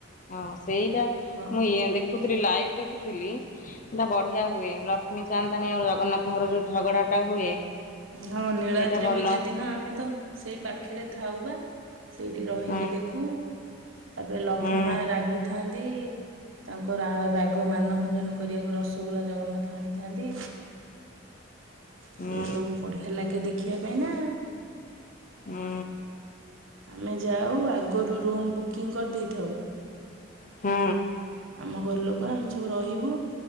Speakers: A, on the left; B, on the right.
A: ହଁ ସେଇଟା
B: ହଁ
A: ମୁଁ ଇଏ ଦେଖୁି ଲାଇଭ ଦେ ଥିଲି ସେଟା ବଢିଆ ହୁଏ ଲକ୍ଷ୍ମୀ ଚାନ୍ଦଣୀ ଆଉ ଜଗନ୍ନାଥଙ୍କର ଯୋଉ ଝଗଡା ଟା ହୁଏ।
B: ହଁ ନୀଳାଦ୍ରି
A: ସେଇଟା ଭଲ
B: ବିଜେ ଦିନ ଆମେ ତ ସେଇ ପାଖରେ ଥାଉ ବା। ସେଇଠି ରହିକି
A: ହୁଁ
B: ଦେଖୁ। ତାପରେ ଲକ୍ଷ୍ମୀ
A: ହୁଁ
B: ମା ରାଗିଥାନ୍ତି। ତାଙ୍କ ରାଗ ମାନଭଞ୍ଜନ କରିବାକୁ ରସଗୋଲା ଜଗନ୍ନାଥ ଆଣିଥାନ୍ତି।
A: <inaudible> ହୁଁ
B: ସେ ସବୁ ବଢିଆ ଲାଗେ ଦେଖିବା ପାଇଁ ନା।
A: ହୁଁ
B: ଆମେ ଯାଉ ଆଗରୁ ରୁମ୍ ବୁକିଂ କରିଦେଇଥାଉ।
A: ହୁଁ।
B: ଆମ ଘର ଲୋକ ଆମେ ସବୁ ରହିବୁ।